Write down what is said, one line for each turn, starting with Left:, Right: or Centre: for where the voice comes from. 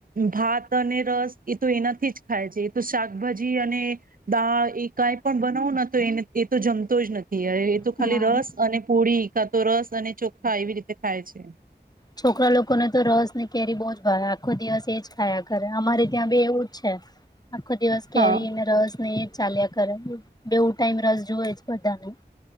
Right: ભાત અને રસ એ તો એનાથી જ ખાય છે. તો શાકભાજી અને દાળ એક કઈ પણ બનવુ ના તો એ એ તો જમતો જ નથી એ તો
Left: હા
Right: ખાલી રસ અને પ પોળી તો રસ અને ચોખા એવી રીતે ખાય છે.
Left: છોકરા લોકોને તો રસ ની કેરી બહુ જ ભાવે. આખો દિવસ એજ ખાયા ઘરે અમારે ત્યાં બી એવું જ છે. આપખો દિવસ કહે
Right: હા
Left: રહી હ મે રસને એક ચાલ્યા કરે બેવું ટાઈમ રસ જો હો જ બધાને